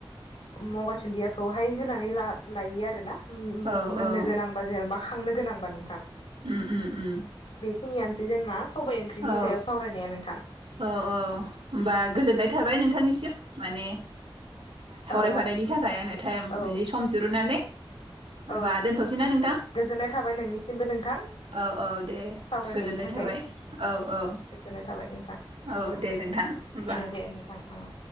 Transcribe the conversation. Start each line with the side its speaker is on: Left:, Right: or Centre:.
Left: मगा दुन्दियाखौहाय होनानै लायो आरो ना मोननो
Right: औ औ
Left: गोनां बा जेन'बा खांनो गोनां, बा नोंथां
Right: उम उम उम
Left: खिनियानोसै जोंना, सबाइ ओंख्रिनि
Right: औ
Left: सायाव सावरायनाया नोंथां
Right: औ औ होनबा गोजोननाय, थाबाय नोंथांनिसिम माने, सावरायफानायनि
Left: औ
Right: थाखाय आंनो टाइम
Left: औ
Right: बिदि सम दिरुननानै होमबा
Left: औ
Right: दोनथ'सैना नोंथां
Left: गोजोननाय थाबाय नोंनिसिमबो नोंथां
Right: औ औ दे
Left: सावरायनायनि
Right: गोजोनबाय
Left: थाखाय
Right: थाबाय, औ औ
Left: गोजोननाय थाबाय नोंथां
Right: औ दे नोंथां ओनबा,
Left: दे दे नोंथां औ